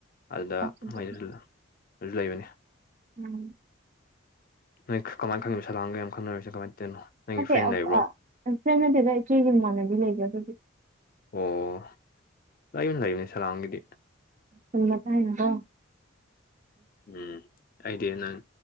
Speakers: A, on the left; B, on the right.
A: ꯑꯗꯨꯗ
B: ꯎꯝ
A: ꯃꯣꯏꯁꯨ ꯑꯗꯨ ꯂꯩꯕꯅꯤ
B: ꯎꯝ
A: ꯅꯣꯏ ꯀꯃꯥꯏꯅ ꯈꯪꯏꯅꯣ ꯁꯂꯥꯝꯒ ꯌꯥꯝ ꯈꯡꯅꯔꯤꯁꯤ ꯀꯃꯥꯏꯅ ꯇꯧꯔꯤꯅꯣ ꯅꯪꯒꯤ
B: ꯅꯠꯇ
A: ꯐ꯭ꯔꯦꯟ ꯂꯩꯕ꯭ꯔꯣ
B: ꯅꯠꯇꯦꯗ ꯏꯆꯦꯒꯤ ꯃꯃꯥꯟꯅꯕꯤ ꯂꯩꯕ ꯑꯗꯨꯗꯤ
A: ꯑꯣ ꯂꯩꯕꯅꯤ ꯂꯩꯕꯅꯤ ꯁꯂꯥꯝꯒꯤꯗꯤ
B: ꯁꯅ ꯇꯥꯏꯅꯣ
A: ꯎꯝ ꯑꯩꯗꯤ ꯅꯪ